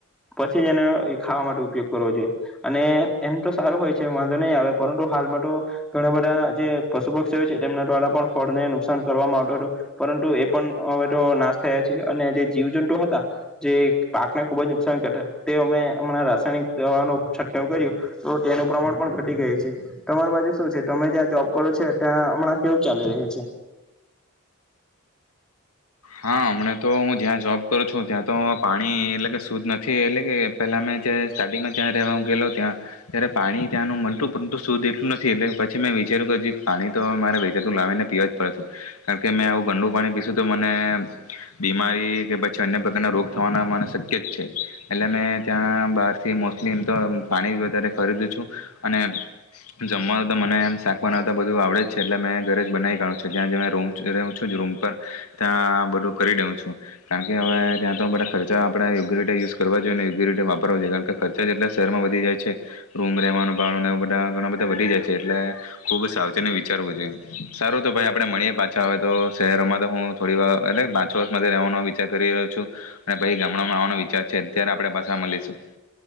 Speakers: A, in the centre; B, on the left (about 90°).
A: પછી જ એને એ ખાવા માટે ઉપયોગ કરવો જોઈએ અને એને તો સારો હોય છે વાંધો નહીં આવે પરંતુ હાલમાં તો ઘણા બધા જે પશુ પક્ષી હો છે તેમના દ્વારા પણ ફળને નુકસાન કરવામાં આવતું હતું પરંતુ એ પણ અવે તો નાશ થયા છે અને જે જીવજંતુ હતા જે પાકને ખુબ જ નુકસાન કરતા તે અમે હમણાં રાસાયણિક દવા નો છટકાવ કર્યો તો તેનું પ્રમાણ પણ ઘટી ગઈ છે. તમાર બાજુ શું છે તમે જ્યાં જોબ કરો છો ત્યાં હમણાં કેવું ચાલી રહ્યું છે?
B: હા, હમણા તો હું જ્યાં જોબ કરું છું ત્યાં તો પાણી એટલે કે શુદ્ધ નથી એટલે કે પેલા મેં સ્ટાર્ટિંગમાં જ્યાં રહેવા ગેલો ત્યાં ત્યારે પાણી ત્યાંનું મળતું પરંતુ શુદ્ધ એટલું નથી એટલે પછી મેં વિચાર્યું કે પાણી તો મારે વેચાતું લાવીને પીવા જ પડશે. કારણ કે મેં આવું ગંડું પાણી પીશું તો મ ને બીમારી કે પછી અન્ય પ્રકારના રોગ થવાના મને શક્ય જ છે. એટલે મે ત્યાં બહારથીલી તો પાણી વધારે ખરીદું છું અને જમવાનું તો મને શાક બનાવતા બધું આવડે છે એટલે મે ઘરે જ બનાવી કાળું છું. જ્યાં જે મેં રૂમ રહું છું રૂમ પર ત્યાં બધું કરી દઉં છું કારણ કે હવે ત્યાં તો બધા ખર્ચા આપણે યોગ્ય રીતે યુઝ કરવા જોઈએ ને યોગ્ય રીતે વાપરવા જોઈએ કારણ કે ખર્ચા જેટલા શહેરમાં વધી જાય છે રૂમ રહેવાનો ભાવને એ બધા ઘણા બધા વધી જાય છે એટલે ખૂબ સાવચેત વિચારવું જોઈએ. સારું તો ભાઈ આપણે મળીએ પાછા આવેય તો શહેરોમાં તો હું થોડી વાર એટલે પાંચ વર્ષમાંથી રહેવાનો વિચાર કરી રહ્યો છું અને પછી ગામડામાં આવવાનો વિચાર છે અત્યારે આપણે પાછા મલીશું.